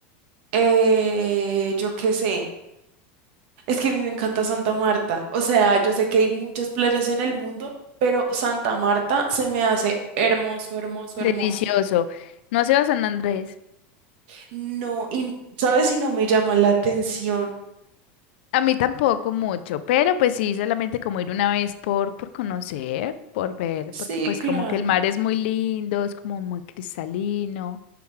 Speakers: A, on the right (about 65°); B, on the left (about 75°).
A: eh, yo qué sé. Es que a mí me encanta Santa Marta. O sea, yo sé que hay muchas playas en el mundo, pero Santa Marta se me hace hermoso, hermoso,
B: Delicioso.
A: hermoso.
B: No has ido a San Andrés.
A: No, y ¿sabes si no me llama la atención?
B: A mí tampoco mucho, pero pues sí, solamente como ir una vez por, por conocer, por ver,
A: Sí,
B: porque pues
A: claro.
B: como que el mar es muy lindo, es como muy cristalino,